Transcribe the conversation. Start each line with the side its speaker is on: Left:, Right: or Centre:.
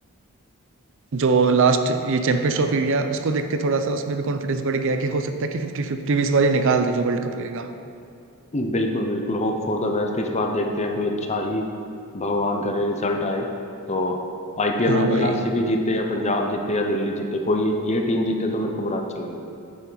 Right: जो लास्ट ये चैंपियंस ट्रॉफी हुई है उसको देख के थोड़ा सा उसमें भी कॉन्फिडेंस बढ़ गया है कि हो सकता है कि फिफ्टी फिफ्टी भी इस बार ये निकाल दे जो वर्ल्ड कप होएगा
Left: बिल्कुल बिल्कुल होप फॉर द बेस्ट इस बार देखते हैं कोई अच्छा ही भगवान करे रिजल्ट आए तो आईपीएल
Right: हाँ
Left: में भी
Right: भाई
Left: आरसीबी जीते या पंजाब जीते या दिल्ली जीते कोई ये, ये टीम जीते तो मेरे को बड़ा अच्छा लगेगा